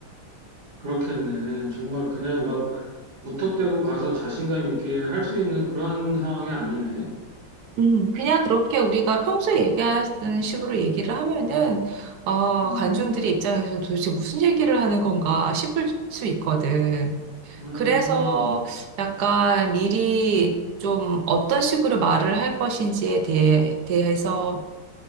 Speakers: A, on the right (about 35°); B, on the right (about 65°).
A: 그렇겠네. 정말 그냥 막 무턱대고 가서 자신감 있게 할 수 있는 그런 상황이 아니네.
B: 음, 그냥 그렇게 우리가 평소에 얘기하는 식으로 얘기를 하면은, 어,
A: 음,
B: 관중들의 입장에서 도대체 무슨 얘기를 하는 건가 싶을 수 있거든.
A: 음,
B: 그래서 약간 미리 좀 어떤 식으로 말을 할 것인지에 대해, 대해서